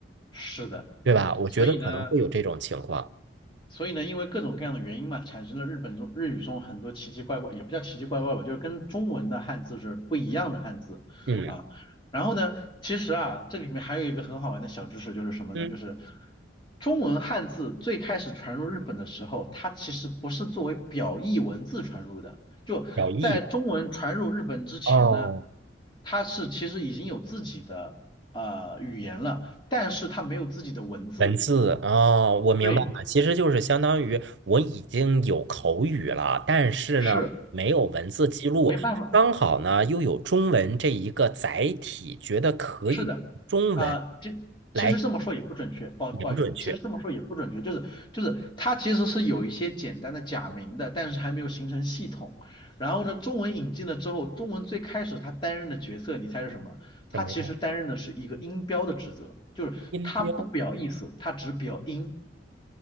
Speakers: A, on the left; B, on the right.
A: 是的。
B: 对吧？我觉得可能会有这种情况。
A: 所以呢，所以呢，因为各种各样的原因嘛，产生了日本中日语中很多奇奇怪怪，也不叫奇奇怪怪吧，就是跟中文的汉字是不一样的汉字啊。
B: 嗯
A: 然后呢，其实啊，这里面还有一个很好玩的小知识，就是什么呢？
B: 嗯，
A: 就是中文汉字最开始传入日本的时候，它其实不是作为表意文字传入的，就在中文传入日本之前呢，
B: 小易。哦
A: 它是其实已经有自己的呃语言了，但是它没有自己的文字。
B: 文字哦，我明白了，
A: 对，
B: 其实就是相当于我已经有口语了，但是呢，
A: 是
B: 没有文字记录，
A: 没办法。
B: 刚好呢又有中文这一个载体，觉得可以中文
A: 是的，啊、这其实这么说也不准确，
B: 来
A: 不好不好意思，
B: 也不准确，
A: 其实这么说也不准确，就是就是它其实是有一些简单的假名的，但是还没有形成系统。然后呢，中文引进了之后，中文最开始它担任的角色，你猜是什么？它其实担任的是一个音标的职责，
B: 什么呀？
A: 就是它不表意思，
B: 音标
A: 它只表音。